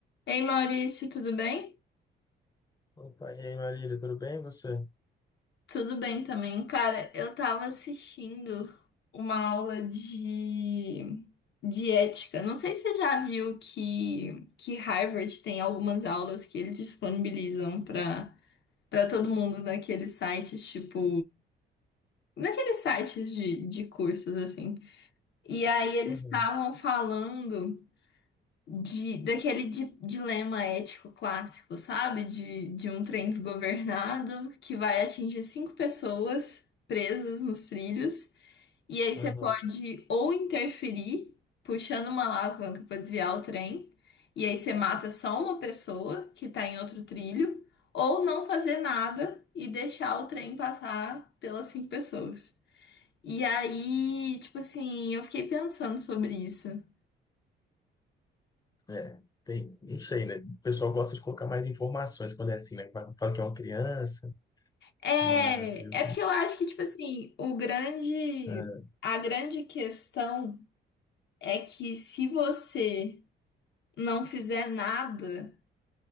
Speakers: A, on the left (about 65°); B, on the left (about 20°).
A: Ei Maurício, tudo bem?
B: Opa, e aí, Marília, tudo bem? e Você?
A: Tudo bem também. Cara, eu tava assistindo uma aula de, de ética. Não sei se você já viu que, que Harvard tem algumas aulas que eles disponibilizam para para todo mundo naqueles sites, tipo, naqueles sites de, de cursos, assim. E aí eles
B: Uhum,
A: estavam falando. de, daquele di- dilema ético clássico, sabe? De, de um trem desgovernado que vai atingir cinco pessoas presas nos trilhos, e aí você
B: uhum.
A: pode ou interferir puxando uma alavanca para desviar o trem, e aí você mata só uma pessoa que tá em outro trilho, ou não fazer nada e deixar o trem passar pelas cinco pessoas. E aí, tipo assim, eu fiquei pensando sobre isso.
B: É, tem, não sei, né? O pessoal gosta de colocar mais informações quando é assim, né? Fala fala que é uma criança,
A: É,
B: mas eu-
A: é porque eu acho que, tipo assim, o grande,
B: é,
A: a grande questão é que se você não fizer nada,